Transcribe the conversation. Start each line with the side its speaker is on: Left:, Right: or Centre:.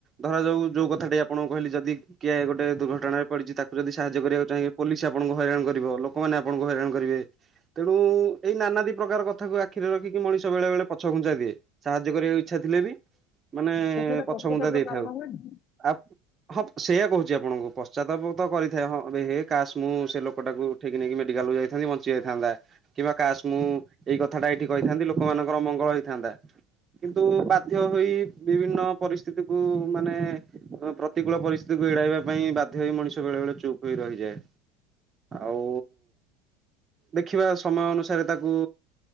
Right: ଧରାଯାଉ ଯୋଉ କଥାଟି ଆପଣଙ୍କୁ କହିଲି ଯଦି କିଏ ଗୋଟେ ଦୁର୍ଘଟଣାରେ ପଡିଛି ତାକୁ ଯଦି ସାହାଯ୍ୟ କରିବାକୁ ଚାହିଁ ପୋଲିସ ଆପଣଙ୍କୁ ହଇରାଣ କରିବ ଲୋକମାନେ ଆପଣଙ୍କୁ ହଇରାଣ କରିବେ। ତେଣୁ ଏଇ ନାନାଦି ପ୍ରକାର କଥାକୁ ଆଖିରେ ରଖିକି ମଣିଷ ବେଳେ ବେଳେ ପଛଘୁଞ୍ଚା ଦିଏ। ସାହାଯ୍ୟ କରିବାକୁ ଇଚ୍ଛା ଥିଲେ ବି ମାନେ
Left: ତ ସେଇଟା
Right: ପଛଘୁଞ୍ଚା
Left: ପଶ୍ଚାତାପର
Right: ଦେଇଥାଉ।
Left: କାରଣ ହୁଏନି?
Right: ଆ ହଁ ସେଇଆ କହୁଛି ଆପଣଙ୍କୁ ପଶ୍ଚାତାପ ତ କରିଥାଏ ହଁ ଏବେ ହେ କାସ୍ ମୁଁ ସେ ଲୋକଟାକୁ ଉଠେଇକି ନେଇକି ମେଡିକାଲକୁ ଯାଇଥାନ୍ତି ବଞ୍ଚି ଯାଇଥାନ୍ତା କିମ୍ବା କାସ୍ ମୁଁ ଏଇ କଥାଟା ଏଇଠି କହିଥାନ୍ତି ଲୋକମାନଙ୍କର ମଙ୍ଗଳ ହେଇଥାନ୍ତା। କିନ୍ତୁ ବାଧ୍ୟ ହୋଇ ବିଭିନ୍ନ ପରିସ୍ଥିତିକୁ ମାନେ ପ୍ରତିକୂଳ ପରିସ୍ଥିତିକୁ ଏଡାଇବା ପାଇଁ ବାଧ୍ୟ ହୋଇ ମଣିଷ ବେଳେ ବେଳେ ଚୁପ୍ ହୋଇ ରହିଯାଏ। ଆଉ ଦେଖିବା ସମୟ ଅନୁସାରେ ତାକୁ